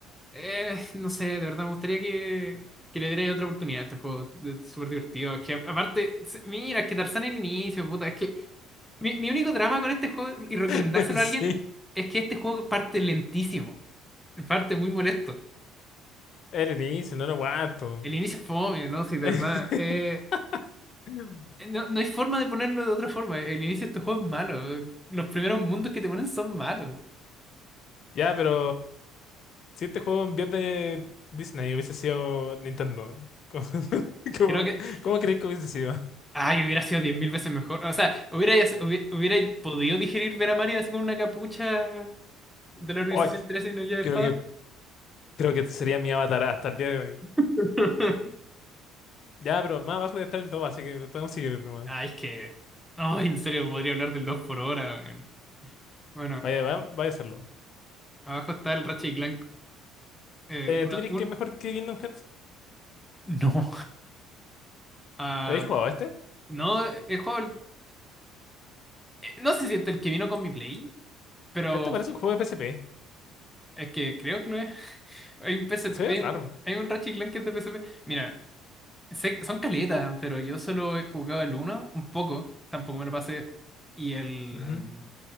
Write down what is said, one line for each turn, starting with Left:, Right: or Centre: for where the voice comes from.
Centre: eh, no sé, de verdad me gustaría que, que le diera otra oportunidad a este juego. Es súper divertido. Es que aparte, se- mira, es que Tarzán en el inicio, puta, es que mi, mi único drama con este juego y recomendárselo
Left: <laughs> Sí.
Centre: a alguien es que este juego parte lentísimo, parte muy molesto.
Left: El inicio, no lo aguanto.
Centre: El inicio es fome, ¿no? Sí, de
Left: <laughs>
Centre: verdad. Eh,
Left: Mm.
Centre: No, no hay forma de ponerlo de otra forma. El inicio de este juego es malo. Los primeros mundos que te ponen son malos.
Left: Ya, pero si este juego en vez de Disney hubiese sido Nintendo, ¿cómo, <laughs> cómo-
Centre: Creo que.
Left: cómo crees que hubiese sido?
Centre: Ay, hubiera sido 10.000 veces mejor. O sea, hubiera hubi- hubierais podido digerir ver a Mario así con una capucha de la organización
Left: Ay,
Centre: 13 y no lleva
Left: creo
Centre: espada.
Left: que, creo que sería mi avatar hasta el día de hoy.
Centre: <laughs>
Left: Ya, pero más abajo debe estar el 2, así que podemos seguir nomás.
Centre: Ay, es que. Ay, en serio, podría hablar del 2 por hora, weón. Bueno,
Left: Vaya, va- vaya a hacerlo.
Centre: abajo está el Ratchet y Clank. eh,
Left: Eh,
Centre: una-
Left: ¿tú crees
Centre: un-
Left: que es mejor que Kingdom Hearts?
Centre: No. Ah,
Left: ¿Habéis jugado este?
Centre: no, el juego. eh, No se siente el que vino con mi Play, pero
Left: Este parece un juego de PSP.
Centre: es que creo que lo es. Hay un PSP,
Left: Se ve
Centre: hay
Left: raro.
Centre: un, hay un Ratchet Clank que es de PSP. Mira, sé- son caletas, pero yo solo he jugado el uno un poco, tampoco me lo pasé. Y el,
Left: Ujú.
Centre: em,